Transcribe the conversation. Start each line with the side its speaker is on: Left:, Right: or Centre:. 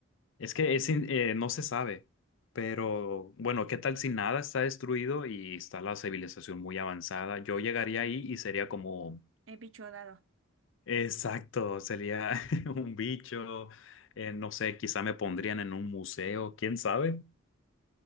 Left: Es que es in- eh, no se sabe, pero bueno, ¿qué tal si nada está destruido y está la civilización muy avanzada? Yo llegaría ahí y sería como,
Right: El bicho dado.
Left: exacto, sería <laughs> un bicho, eh, no sé, quizá me pondrían en un museo, quién sabe.